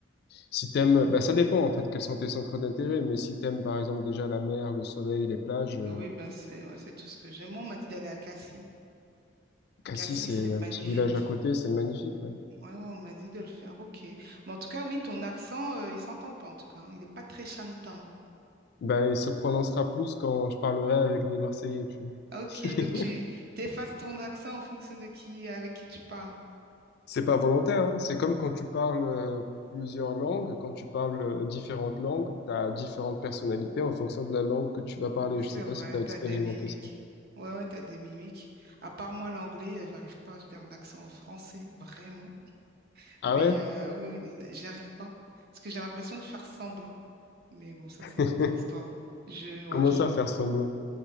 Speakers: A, on the left (about 60°); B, on the right (about 55°).
A: si t'aimes, bah, ça dépend, en fait, quels sont tes centres d'intérêt. Mais si t'aimes, par exemple, déjà la mer, le soleil, les plages, euh,
B: Oui, bah c'est ouais, c'est tout ce que j'aime. Moi, on m'a dit d'aller à Cassis.
A: Cassis,
B: Cassis,
A: c'est
B: c'est magnifique.
A: un petit village à côté, c'est magnifique, ouais.
B: Ouais, ouais, on m'a dit de le faire. Ok. Mais en tout cas, oui, ton accent, euh, il s'entend pas, en tout cas. hein. Il n'est pas très chantant.
A: Bah, il se prononcera plus quand je parlerai avec des Marseillais, tu vois.
B: Ah, Ok,
A: <laughs>
B: donc tu t'effaces ton accent en fonction de qui, avec qui tu parles.
A: C'est pas volontaire, hein. C'est comme quand tu parles euh, plusieurs langues, quand tu parles euh, différentes langues, tu as différentes personnalités en fonction de la langue que tu vas parler.
B: Oui, c'est
A: Je sais pas
B: vrai,
A: si tu as
B: t'as
A: expérimenté
B: des mimiques.
A: ça.
B: Ouais, ouais, t'as des mimiques. À part moi, l'anglais, euh, j'arrive pas, je garde l'accent en français, vraiment.
A: Ah
B: Mais
A: ouais?
B: euh, oui, l- j'y arrive pas. Parce que j'ai l'impression de faire semblant. Mais bon, ça,
A: <laughs>
B: c'est une autre histoire. Je, ouais,
A: Comment
B: je
A: ça,
B: sais pas.
A: faire semblant?